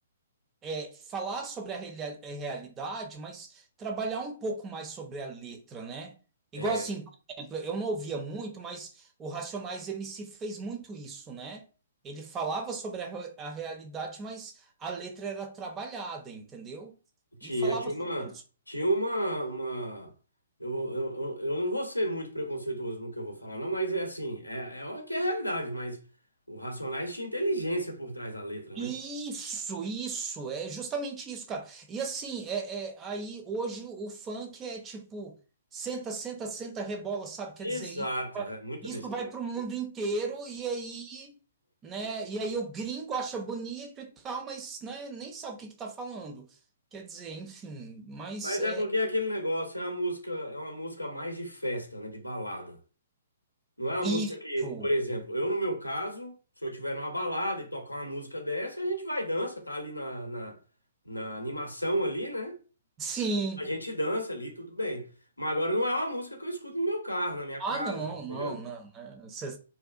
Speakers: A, on the right; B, on the left.
A: é, falar sobre a reali- eh, realidade, mas trabalhar um pouco mais sobre a letra, né? Igual
B: É,
A: assim, por exemplo, eu não ouvia muito, mas o Racionais MC fez muito isso, né? Ele falava sobre a, re- a realidade, mas a letra era trabalhada, entendeu?
B: tinha,
A: E falava
B: tinha
A: sobre,
B: uma, tinha uma, uma eu, eu, eu eu não vou ser muito preconceituoso no que eu vou falar, não, mas é assim, é, é o que é a realidade, mas o Racionais tinha inteligência por trás da letra, né?
A: Isso, isso, é justamente isso, cara. E assim, é, é- aí hoje o funk é tipo, senta, senta, senta, rebola, sabe? Quer
B: Exato,
A: dizer, isso vai,
B: é muita
A: isso
B: besteira.
A: vai pro mundo inteiro e aí, né? E aí o gringo acha bonito e tal, mas né, nem sabe o que que tá falando. Quer dizer, enfim, mas
B: Mas
A: é
B: é porque é aquele negócio é uma música, é uma música mais de festa, né, de balada. Não é uma
A: isso,
B: música que, por exemplo, eu no meu caso, se eu tiver numa balada e tocar uma música dessa, a gente vai e dança, tá ali na, na, na animação ali, né?
A: sim.
B: A gente dança ali, tudo bem. Mas agora não é uma música que eu escuto no meu carro, na minha
A: Ah,
B: casa,
A: não,
B: entendeu?
A: não, não, né? Você